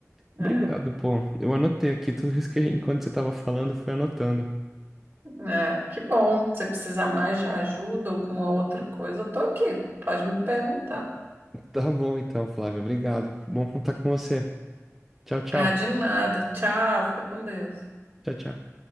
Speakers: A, in the centre; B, on the right (about 45°).
A: Obrigado,
B: É.
A: pô. Eu anotei aqui tudo isso que a gente, enquanto você tava falando, eu fui anotando.
B: É, que bom. Se precisar mais de ajuda, alguma outra coisa, eu tô aqui. Pode me perguntar.
A: Tá bom então, Flávia. Obrigado. Bom contar com você. Tchau, tchau.
B: Ah, de nada. Tchau, fica com Deus.
A: Tchau, tchau.